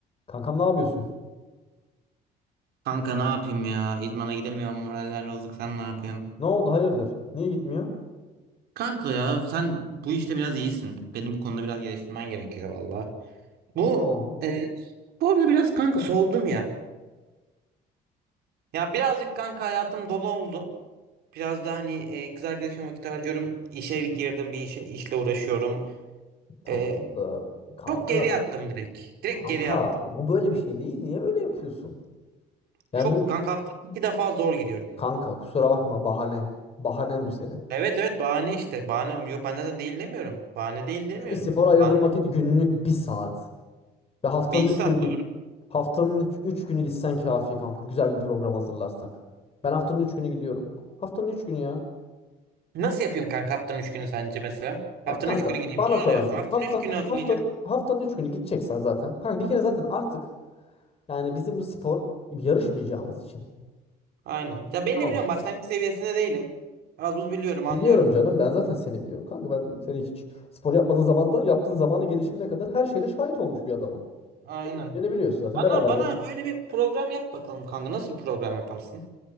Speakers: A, on the left; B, on the right.
A: Kankam ne yapıyorsun?
B: Kanka ne yapayım ya? İdmana gidemiyorum. Moraller bozuk. Sen ne yapıyorsun?
A: Ne oldu hayırdır? Niye gitmiyor?
B: Kanka ya sen bu işte biraz iyisin. Benim bu konuda biraz geliştirmen gerekiyor valla. Bu
A: Ne oldu?
B: e, sporda biraz kanka soğudum ya. Ya birazcık kanka hayatım dolu oldu. Biraz da hani e, kız arkadaşıma vakit harcıyorum. İşe girdim bir işe, işle uğraşıyorum.
A: Tamam
B: E,
A: da kanka,
B: çok geri attım direkt. Direkt
A: kanka
B: geri attım.
A: bu böyle bir şey değil. Niye böyle yapıyorsun? Ya
B: Çok
A: bu
B: kanka haftada iki defa zor gidiyorum.
A: kanka kusura bakma bahane. Bahanen bu senin.
B: Evet evet bahane işte. Bahane yok ben zaten değil demiyorum. Bahane değil demiyorum.
A: Çünkü spora ayırdığın
B: Bahane.
A: vakit günlük bir saat. Ve haftanın
B: Bir iki
A: üç
B: saat
A: günü git. Haftanın üç, üç günü gitsen kafi kanka. Güzel bir program hazırlarsak. Ben haftanın üç günü gidiyorum. Haftanın üç günü ya.
B: Nasıl yapayım kanka haftanın 3 günü sence mesela? Haftanın
A: Ya kanka
B: 3 günü gideyim.
A: bana sorarsan
B: Ne diyorsun? Haftanın
A: hafta
B: 3 günü hazırlayacak.
A: haftanın haftanın üç günü gideceksen zaten. Kanka bir kere zaten artık Yani bizim bu spor yarışmayacağımız için.
B: Aynen. Ya ben
A: Tamam.
B: de biliyorum başlangıç seviyesinde değilim. Az buz biliyorum,
A: Biliyorum
B: anlıyorum.
A: canım ben zaten seni biliyorum. Kanka ben seni hiç spor yapmadığın zamandan yaptığın zamana gelişimine kadar her şeyine şahit olmuş bir adamım.
B: Aynen.
A: Beni biliyorsun zaten
B: Bana
A: beraber
B: bana
A: yaşadık.
B: öyle bir program yap bakalım kanka. Nasıl bir program yaparsın?